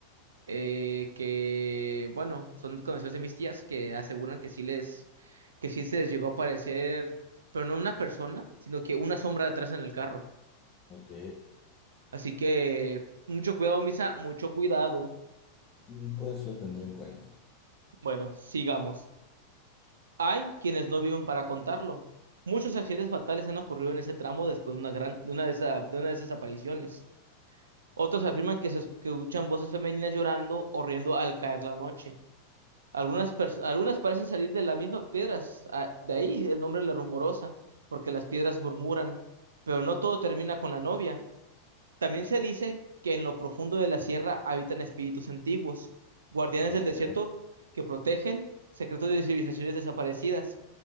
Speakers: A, on the right (about 70°); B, on the left (about 25°).
A: eh, que, bueno, son conocidos de mis tías que aseguran que sí les, que sí se les llegó a aparecer, pero no una persona, sino que una sombra detrás en el carro.
B: ok,
A: Así que mucho cuidado, Misa, mucho cuidado.
B: mm, pues lo tendré en cuenta.
A: Bueno, sigamos. Hay quienes no viven para contarlo. Muchos accidentes fatales han ocurrido en ese tramo después de una gran, de una de esa- de una de esas apariciones. Otros afirman que se escuchan voces femeninas llorando o riendo al caer la noche. Algunas, pers- algunas parecen salir de las mismas piedras, ah, de ahí el nombre La Rumorosa, porque las piedras murmuran. Pero no todo termina con la novia. También se dice que en lo profundo de la sierra habitan espíritus antiguos, guardianes
B: Sí,
A: del desierto
B: claro.
A: que protegen secretos de civilizaciones desaparecidas.